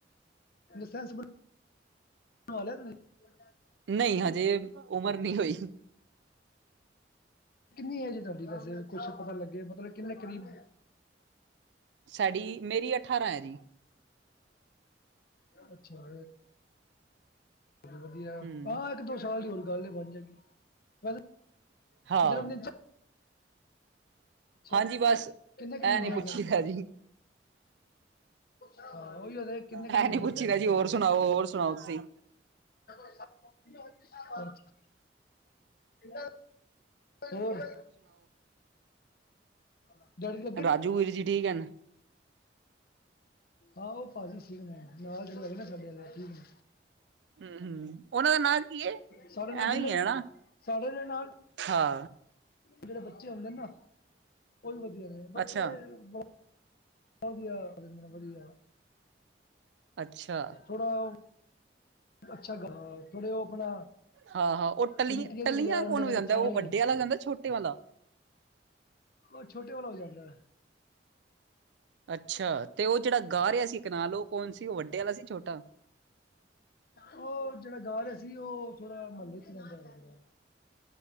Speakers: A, on the left; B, on the right.
A: ਲਾਇਸੈਂਸ <unintelligible>
B: ਨਹੀਂ ਹਜੇ ਉਮਰ ਨਈ ਹੋਈ।
A: ਕਿੰਨੀ ਏਜ ਏ ਤੁਹਾਡੀ, ਵੈਸੇ ਕੁਛ ਪਤਾ ਲੱਗੇ ਮਤਲਬ ਕਿੰਨੇ ਕਰੀਬ
B: ਸਾਡੀ ਮੇਰੀ ਅਠਾਰਾਂ ਹੈ ਜੀ
A: ਅੱਛਾ। ਚਲੋ ਵਧੀਆ,
B: ਹੂੰ
A: ਹਾਂ ਇੱਕ ਦੋ ਸਾਲ ਦੀ ਹੋਰ ਗੱਲ ਏ ਬਣ ਜਾਏਗੀ। ਵੈਸੇ
B: ਹਾਂ।
A: ਜਨਮ ਦਿਨ ਅੱਛਾ
B: ਹਾਂਜੀ ਬਸ
A: ਕਿੰਨੇ ਕੁ
B: ਐ
A: ਮਹੀਨੇ
B: ਨੀ
A: ਹੋ
B: ਪੁੱਛੀਦਾ
A: ਗਏ
B: ਜੀ।
A: ਹਾਂ ਉਹੀ ਉਹਦੇ ਕਿੰਨੇ
B: ਐ
A: ਕੁ ਮਹੀਨੇ
B: ਨੀ ਪੁੱਛੀਦਾ
A: ਹੋ ਗਏ ਨੇ ਮਤਲਬ
B: ਜੀ, ਹੋਰ ਸੁਣਾਓ ਹੋਰ ਸੁਣਾਓ ਤੁਸੀਂ?
A: <unintelligible> ਹੋਰ? <unintelligible>
B: ਰਾਜੂ ਵੀਰ ਜੀ ਠੀਕ ਏ ਨਾ?
A: ਆਹੋ ਭਾਜੀ ਠੀਕ ਨੇ, ਨਾਲ ਚੜਵਾਏ ਨਾ ਸਾਡੇ ਆਲੇ ਠੀਕ ਨੇ।
B: ਹੂੰ ਹੂੰ ਉਹਨਾਂ ਦਾ ਨਾਂ ਕੀ ਏ
A: ਸਾਡੇ ਨਾਲ
B: ਐਵੇਂ
A: ਜਿੰਨੇ
B: ਹੀ ਹੈ
A: ਵੀ ਨਾ, ਸਾਡੇ ਦੇ ਨਾਲ
B: ਹਾਂ।
A: ਜਿਹੜੇ ਬੱਚੇ ਹੁੰਦੇ ਨੇ ਨਾ, ਉਹ ਵੀ ਵਧੀਆ ਨੇ ਬੱਚੇ
B: ਅੱਛਾ
A: ਬਹੁਤ ਵਧੀਆ ਵਧੀਆ,
B: ਅੱਛਾ
A: ਥੋੜਾ ਉਹ ਅੱਛਾ ਗ ਥੋੜੇ ਉਹ ਆਪਣਾ
B: ਹਾਂ ਹਾਂ ਉਹ ਟੱਲ
A: ਚਿਮਟੀਆਂ
B: ਟੱਲੀਆਂ
A: ਦੀ ਵਜਾ ਲੈਂਦੇ
B: ਕੋਣ
A: ਨੇ
B: ਵਜਾਂਦਾ
A: ਛਾਣੇ
B: ਉਹ ਵੱਡੇ
A: ਜੇ
B: ਵਾਲਾ ਵਜਾਂਦਾ, ਛੋਟੇ ਵਾਲਾ?
A: ਉਹ ਛੋਟੇ ਵਾਲਾ ਵਜਾਂਦਾ।
B: ਅੱਛਾ ਤੇ ਉਹ ਜਿਹੜਾ ਗਾ ਰਿਹਾ ਸੀ ਇਕ ਨਾਲ ਉਹ ਕੌਣ ਸੀ, ਉਹ ਵੱਡੇ ਵਾਲਾ ਸੀ ਛੋਟਾ?
A: ਉਹ ਜਿਹੜਾ ਗਾ ਰਿਹਾ ਸੀ ਉਹ ਥੋੜਾ ਮਹੱਲੇ ਚ ਹੀ ਰਹਿੰਦਾ ਲੱਗਦਾ।